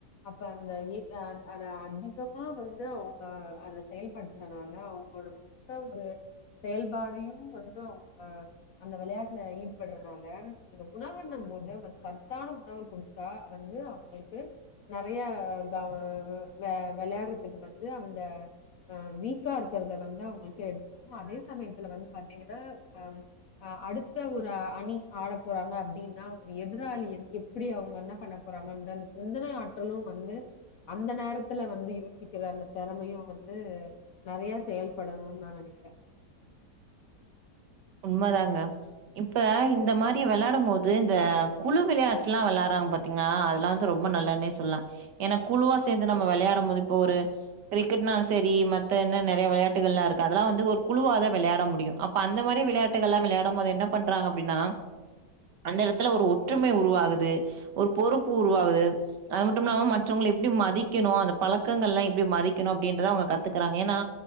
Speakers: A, on the left (about 60°); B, on the right (about 75°).
A: அப்ப அந்த அத அதிகமா வந்து அவங்க அத செயல்படுத்துறனால அவ் <unintelligible> செயல்பாடையு வந்து அவ்ங்க அந்த விளையாட்ல ஈடுபட்றவங்க அந்த உணவுன்னும் போது ஒரு சத்தான உணவு கொடுத்தா வந்து அவங்களுக்கு நனைய <unintelligible> விளையாட்றதுக்கு வந்து அந்த அ வீக்கா இருக்கிறத வந்து அவங்களுக்கு எடுத்துருவோ அதே சமயத்துல வந்து பாத்தீங்கன்னா அ அடுத்த ஒரு அணி ஆடப் போறாங்க அப்டின்னா ஒரு எதிராளி எப்டி அவங்க என்ன பண்ண போறாங்கன்ற அந்த சிந்தனை ஆற்றலு வந்து அந்த நேரத்துல வந்து யோசிக்கிற அந்த திறமையு வந்து நிறைய செயல்படணு நா நினைக்கிறே
B: <unintelligible> உண்ம தாங்க இப்ப இந்த மாரி வெளாடும் போது இந்த குழு விளையாட்ல்லா வெளாட்ற பாத்தீங்கன்னா அதெல்லா வந்து ரொம்ப நல்லன்னே சொல்லலா ஏன்னா குழுவா சேந்து நம்ம வெளாட போது இப்ப ஒரு கிரிக்கெட்னாலு சரி மத் என்ன நிறைய விளையாட்டுகள் இருக்கு அதெல்லா வந்து ஒரு குழுவாக தா விளையாட முடியு அப்ப அந்த மாதிரி விளையாட்டுகள்ல்லாம் விளையாடும் போது என்ன பண்றாங்க அப்டின்னா அந்த எடத்துல ஒரு ஒற்றுமை உருவாகுது ஒரு பொறுப்பு உருவாகுது அது மட்டு இல்லாம மற்றவங்கள எப்டி மதிக்கணு அந்த பழக்கங்கள்லா எப்டி மதிக்கணு அப்படின்றத அவ்ங்க கத்துக்கறாங்க ஏனா